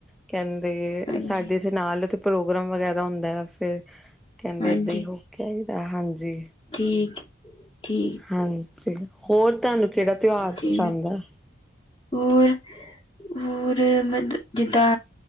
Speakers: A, in the centre; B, on the left (about 30°).
A: ਕਹਿੰਦੇ
B: ਹਾਂਜੀ
A: ਸਾਡੇ ਇਂ ਨਾਲ ਉਥੇ, ਪ੍ਰੋਗਰਾਮ ਵਗੈਰਾ ਹੁੰਦਾ, ਫੇਰ ਕਹਿੰਦੇ
B: ਹਾਂਜੀ
A: ਏਦਾਂ ਹੀ, ਹੋ ਕੇ ਆਈ ਦਾ ਹਾਂਜੀ।
B: ਠੀਕ ਐ, ਠੀ
A: ਹਾਂਜੀ, ਹੋਰ ਤੁਹਾਨੂੰ ਕਿਹੜਾ ਤਿਉਹਾਰ
B: ਠੀ
A: ਪਸੰਦ ਆ
B: ਹੋਰ ਹੋਰ ਮੈ ਤ ਜਿੱਦਾਂ